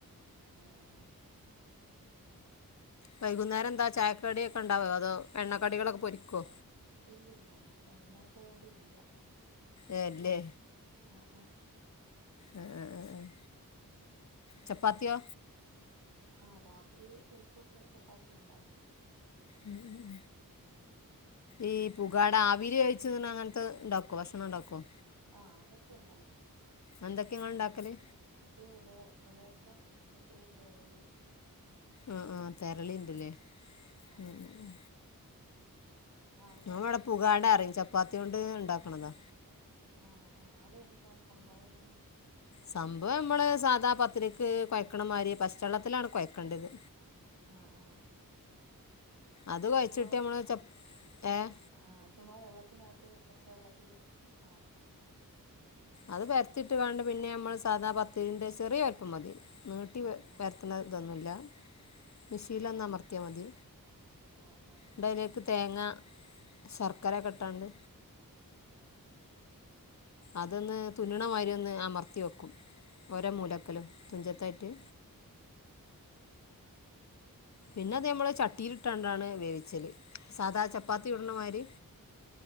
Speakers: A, on the right; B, on the left.
A: ആഹ്
B: വൈകുന്നേരം ന്താ ചായക്ക് കടി ഒക്കെ ണ്ടാവോ അതോ എണ്ണക്കടികളൊക്കെ പൊരിക്കൊ
A: ഇല്ലല്ല എണ്ണ പരിപാടി ഇല്ല
B: ഏ ല്ലേ
A: ആഹ് ആഹ്
B: ആഹ് ചപ്പാത്തിയോ
A: ആഹ് രാത്രി ചിലപ്പൊക്കെ ചപ്പാത്തി ഉണ്ടാക്കും
B: ഉം ഉം ഈ പുകാട ആവില് വേവിച്ചു തിന്ന് ണങ്ങനത്തെ ഉണ്ടാക്കുവോ ഭക്ഷണം ഉണ്ടാക്കുവോ
A: ആഹ് അതൊക്കെ ഉണ്ടാക്കും.
B: എന്തൊക്കെയങ്ങള് ണ്ടാക്കല്?
A: മറ്റേ ഇല എലയപ്പം മറ്റേ തെരളി
B: ആഹ് ആഹ് തെരളിണ്ട്ല്ലേ
A: അങ്ങനത്തെ ആഹ്
B: ഉം
A: ആഹ്
B: ഉം
A: അവിടെയോ
B: ഞങ്ങടെ പുകാട അറിയും ചപ്പാത്തി കൊണ്ട് ഉണ്ടാക്കണതാ.
A: ആഹ് ആഹ് അതെന്താ സംഭവം എങ്ങനെയാ?
B: സംഭവം നമ്മള് സാദാ പത്തിരിക്ക് കൊയക്ക്ണ മാതിരി പശ്ചള്ളത്തിലാണ് കൊയക്കണ്ടത്.
A: ആഹ് ആഹ്
B: അത് കൊയച്ചിട്ട്
A: ചുമ്മാ
B: നമ്മള് ചപ്പ്‌ ഏഹ്
A: ആഹ് ചുമാ വെള്ളത്തിനകത്ത് പച്ചവെള്ളത്തില് ആഹ്
B: അത് പരത്തിട്ട് വേണ്ട പിന്നെ നമ്മള് സാദാ പത്തിരിന്റെ ചെറിയ വലിപ്പം മതി. നീട്ടി
A: ആഹ്
B: പ
A: ആഹ്
B: പരത്തണ തൊന്നുല്ല മിഷീൽ ഒന്ന് അമർത്തിയാ മതി.
A: ആഹ് ആഹ്
B: ണ്ടയിലേക്ക് തേങ്ങ ശർക്കരക്കെട്ടാണ്ട്
A: ആഹ് ആഹ്
B: അതൊന്ന് തുന്നണ മാതിരി ഒന്ന് അമർത്തി വെക്കും. ഓരോ
A: ആഹ്
B: മൂലക്കലും
A: ആഹ്
B: തുഞ്ചത്തായിട്ട്. പിന്നത് നമ്മള് ചട്ടിൽട്ടാണ്ടാണ് വേവിച്ചല്. സാദാ
A: ആഹ്
B: ചപ്പാത്തി
A: ആഹ്
B: ചുടണമാതിരി.